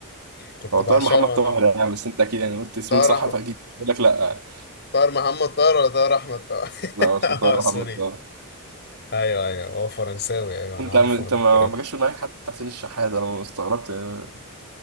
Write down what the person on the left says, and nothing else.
كنت
بعشقه
انا
طاهر
احمد
طاهر محمد طاهر ولا طاهر احمد طاهر
<laughs>
اه
سوري
ايوه ايوه هو فرنساوي ايوه انا
عارفه
الترند